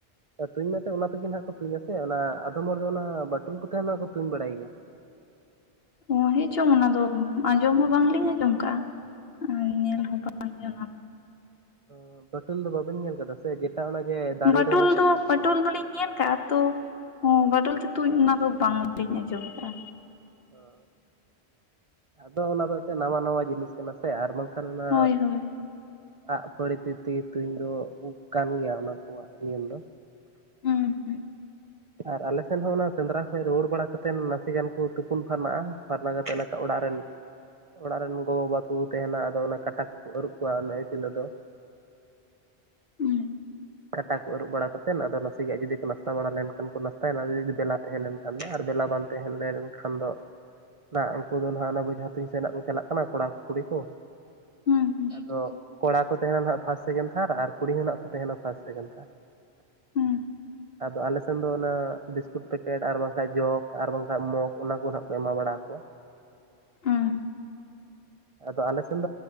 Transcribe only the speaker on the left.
ᱚ ᱦᱮᱸ ᱪᱚᱝ ᱚᱱᱟ ᱫᱚ ᱟᱸᱡᱚᱢ ᱦᱚᱸ ᱵᱟᱝᱞᱤᱧ ᱟᱸᱡᱚᱢ ᱠᱟᱜᱼᱟ, ᱟᱸ ᱧᱮᱞ ᱦᱚᱸ ᱵᱟᱝᱜᱮ ᱚᱱᱟ ᱫᱚ ᱾
ᱵᱟᱴᱩᱞ
ᱫᱚ
ᱵᱟᱴᱩᱞ ᱫᱚᱞᱤᱧ ᱧᱮᱞ ᱟᱠᱟᱫ ᱛᱚ ᱵᱟᱴᱳᱞ ᱛᱮᱛᱩᱚᱧ ᱚᱱᱟ ᱫᱚ ᱵᱟᱝ ᱞᱟᱹᱭᱧ ᱟᱸᱡᱚᱢ ᱟᱠᱟᱫᱼᱟ᱾
ᱦᱳᱭ ᱦᱳᱭ
ᱦᱩᱸ ᱦᱩᱸ
ᱦᱩᱸ
ᱦᱩᱸ ᱦᱩᱸ
ᱦᱩᱸ
ᱦᱩᱸ